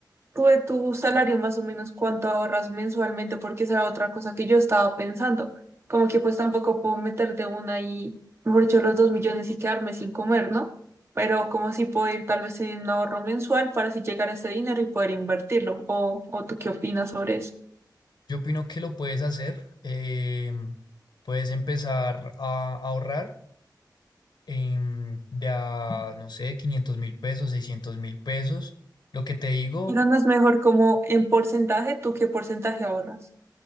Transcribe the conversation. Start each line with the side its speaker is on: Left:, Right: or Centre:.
Right: tú de tu salario más o menos cuánto ahorras mensualmente, porque esa era otra cosa que yo estaba pensando. Como que pues tampoco puedo meter de una y, mejor dicho, los dos millones y quedarme sin comer, ¿no? Pero como si puedo ir tal vez en un ahorro mensual para así llegar a ese dinero y poder invertirlo. ¿O, o tú qué opinas sobre eso?
Left: Yo opino que lo puedes hacer. em, puedes empezar a ahorrar em, de a, no sé, quinientos mil pesos, seiscientos mil pesos. Lo que te digo,
Right: Pero no es mejor como en porcentaje, ¿tú qué porcentaje ahorras?